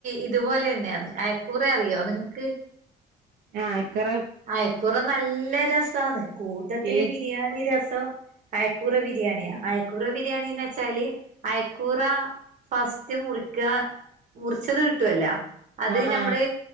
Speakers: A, on the right; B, on the right.
A: ഇതുപോലെ തന്നെയാന്ന് അയക്കൂറ അറിയോ നിങ്ങക്ക്.
B: ആഹ് അയക്കൂറ
A: അയക്കൂറ നല്ല രസാന്ന് കൂട്ടത്തില്
B: ഈ
A: ബിരിയാണി രസം. അയക്കൂറ ബിരിയാണിയാ അയക്കൂറ ബിരിയാണിന്ന് വെച്ചാല് അയക്കൂറ. ഫസ്റ്റ് മുറിക്ക മുറിച്ചത് കിട്ടുവല്ലോ അത്
B: ആഹ്
A: നമ്മള്
B: ആഹ്